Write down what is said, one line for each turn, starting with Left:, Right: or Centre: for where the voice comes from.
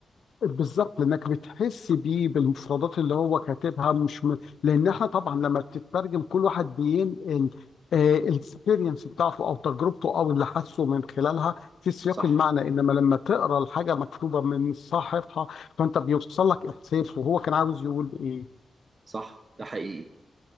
Left: بالظبط لانك بتحس بيه بالمفردات اللي هو كاتبها مش م... لان احنا طبعا لما بتترجم كل واحد بينقل الاكسبيرينس بتاعته او تجربته او اللي حاسه من خلالها في سياق
Right: صح
Left: المعنى انما لما تقرا الحاجه مكتوبه من صاحبها فانت بيوصل لك احساس وهو كان عاوز يقول ايه
Right: صح ده حقيقي